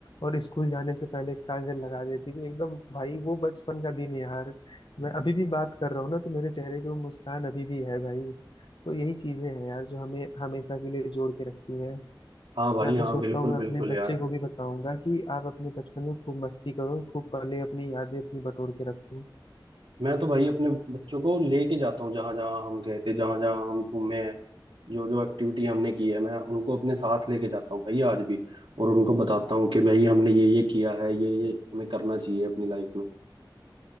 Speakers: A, on the left; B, on the right.
A: और स्कूल जाने से पहले काजल लगा देती थी एकदम भाई वो बचपन का दिन है यार मैं अभी भी बात कर रहा हूँ ना तो मेरे चेहरे पे वो मुस्कान अभी भी है भाई तो यही चीजें हैं यार जो हमें हमेशा के लिए जोड़ के रखती हैं
B: हाँ भाई
A: मैं तो
B: हाँ
A: सोचता
B: बिल्कुल
A: हूँ मैं
B: बिल्कुल
A: अपने
B: यार
A: बच्चे को भी बताऊंगा कि आप अपने बचपन में खूब मस्ती करो खूब पहले अपनी यादें अपनी बटोर के रखो
B: मैं तो भाई अपने बच्चों को लेके जाता हूँ जहां जहां हम गए थे जहां जहां हम घूमे हैं जो जो एक्टिविटी हमने की है मैं उनको अपने साथ लेके जाता हूँ भाई आज भी और उनको बताता हूँ कि भाई हमने ये ये किया है ये ये हमें करना चाहिए अपनी लाइफ में